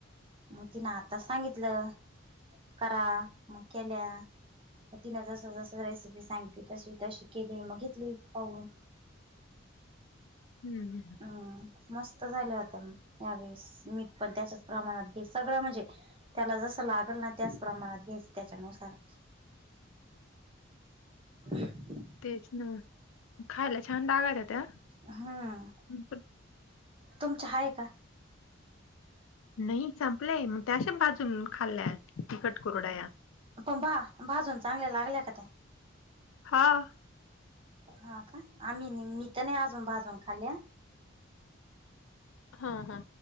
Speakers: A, on the right; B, on the left.
A: मग ति ना आ आता सांगितलं करा मग केल्या. मग तिन जसं जसं रेसिपी सांगितली तशी तशी केली मघितली पाहून.
B: हम् ह.
A: हम् मस्त झाल्या होत्या यावेेळेस मीठ पण त्याच्याच प्रमाणात घे सगळं म्हणजे, त्याला जसं लागेल ना त्याच प्रमाणात घ्यायचं त्याच्यानुसार. हम.
B: तेच ना खायला छान लागत. होत्या.
A: हम्म
B: पण
A: तुमचहाय का?
B: नाही संपलंय मग त्याशा बाजून खाल्ल्या तिखट कोरडा या.
A: पण भा भाजून चांगल्या लागल्या का त्या.
B: हो.
A: हा का आम्ही नाही मी तर नाही अजून भाजून खाल्ल्या.
B: हा हा